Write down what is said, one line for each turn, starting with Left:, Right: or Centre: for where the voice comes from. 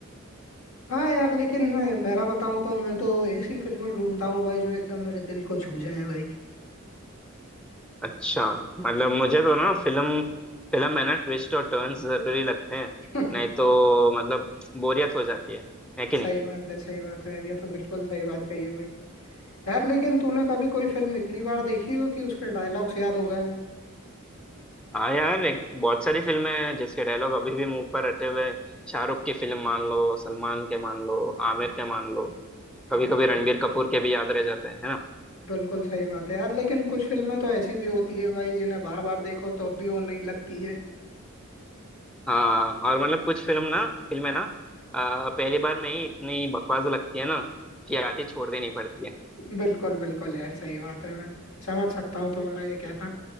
Left: हाँ यार लेकिन मैं मेरा बताऊं तो मैं तो ऐसी फिल्में ढूंढता हूँ भाई जो एकदम मेरे दिल को छू जाए भाई
Centre: अच्छा मतलब मुझे तो ना फिल्म फिल्म में ना ट्विस्ट और टर्न्स जरूरी लगते हैं
Left: <laughs>
Centre: नहीं तो मतलब बोरियत हो जाती है है कि नहीं
Left: सही बात है सही बात है ये तो बिल्कुल सही बात कही है भाई यार लेकिन तूने कभी कोई फिल्म इतनी बार देखी हो कि उसके डायलॉग्स याद हो गए हों
Centre: हाँ यार एक बहुत सारी फिल्में हैं जिसके डायलॉग अभी भी मुंह पर रटे हुए हैं। शाहरुख की फिल्म मान लो सलमान के मान लो आमिर के मान लो
Left: <laughs>
Centre: कभी
Left: बिल्कुल
Centre: कभी रणबीर कपूर के भी याद रह जाते हैं है ना
Left: बिल्कुल सही बात है यार लेकिन कुछ फिल्में तो ऐसी भी होती है भाई जिन्हें बार बार देखो तो भी वो नहीं लगती है
Centre: हाँ और मतलब कुछ फिल्म ना फिल्में ना अ, पहली बार में ही इतनी बकवास लगती है ना कि आधी छोड़ देनी पड़ती है
Left: <laughs> बिल्कुल बिल्कुल यार सही बात है मैं समझ सकता हूँ तुम्हारा ये कहना